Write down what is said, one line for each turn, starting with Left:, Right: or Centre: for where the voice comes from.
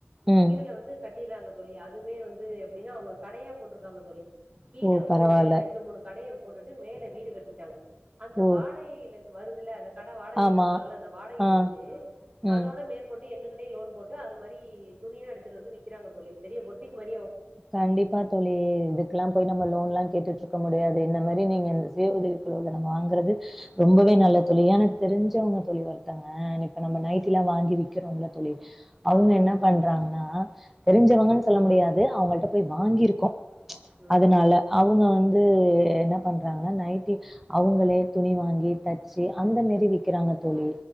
Centre: ம்
Right: இதுல வந்து கட்டிறாங்க தோழி அதுமே வந்து எப்டின்னா அவங்க கடையா போட்ருக்காங்க தோழி கீழ
Centre: ஓ
Right: வந்து
Centre: பரவால்ல
Right: ரெண்டு மூணு கடைய போட்டுட்டு மேல வீடு கட்டிட்டாங்க அந்த
Centre: ஓ
Right: வாடகைல வருதுல அந்த கட வாடகை
Centre: ஆமா
Right: வுட்ருக்காங்கள்ல அந்த வாடகையை
Centre: ஆ
Right: வச்சு
Centre: ம்
Right: அதோட மேலு கொண்டு என்னுகிட்டே லோன் போட்டு அது மாரி துணியா எடுத்துட்டு வந்து விக்கிறாங்க தோழி பெரிய பொட்டிக் மாரி
Centre: கண்டிப்பா தோழி இதுக்குல்லா போய் நம்ம லோன் எல்லா கேட்டுட்டுருக் க்க முடியாது இந்த மாரி நீங்க இந்த சுய உதவி குழுல தா வாங்கறது ரொம்பவே நல்ல தோழி எனக்கு தெரிஞ்சவங்க தோழி ஒருத்தவங்க ஆ இப்ப நம்ம நைட்டிலா வாங்கி விக்கிறோல்ல தோழி அவுங்க
Right: ஆமா
Centre: என்ன பண்றாங்ன்னா தெரிஞ்சவங்கன் சொல்ல முடியாது அவங்கள்ட்ட போய் வாங்கியிருக்கோ
Right: ம்
Centre: அதுனால அவுங்க வந்து என்ன பண்றாங்ன்னா நைட்டி அவுங்களே துணி வாங்கி தச்சு அந்த மாரி விக்கிறாங்க தோழி